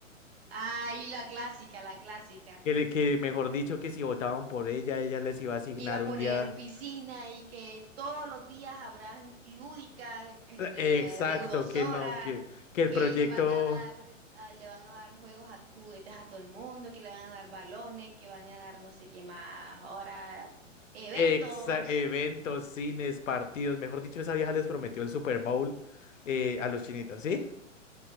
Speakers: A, on the right; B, on the left.
A: Ah, y la clásica, la clásica.
B: Que, le- que mejor dicho, que si votaban por ella, ella les iba a asignar
A: Iba a poner
B: un día.
A: piscina y que todos los días habrán lúdica, este,
B: Exacto,
A: deudosora,
B: que no, que, que el
A: que
B: proyecto,
A: le van a dar, a- le van a dar juegos a juguetes a todo el mundo, que le van a dar balones, que van a dar no sé qué más, ahora eventos.
B: exa- eventos, cines, partidos, mejor dicho, esa vieja les prometió el Super Bowl eh, a los chinitos, ¿sí?